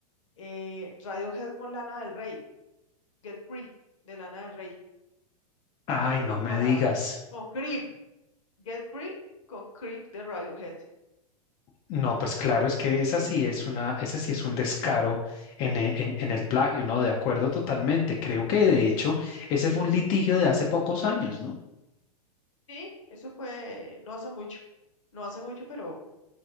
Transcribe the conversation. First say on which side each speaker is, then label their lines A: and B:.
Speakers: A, on the left (about 60°); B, on the left (about 30°).
A: eh, Radiohead con Lana del Rey, Get Free, de Lana del Rey,
B: Ay,
A: que fue
B: no
A: comparada
B: me digas.
A: con, con Creep, Get Free con Creep de Radiohead,
B: No, pues claro,
A: sí.
B: es que esa sí es una, ese sí es un descaro en, e- en- en el plagio, ¿no? De acuerdo totalmente. Creo que de hecho ese fue un litigio de hace pocos años, ¿no?
A: Sí, eso fue no hace mucho, no hace mucho, pero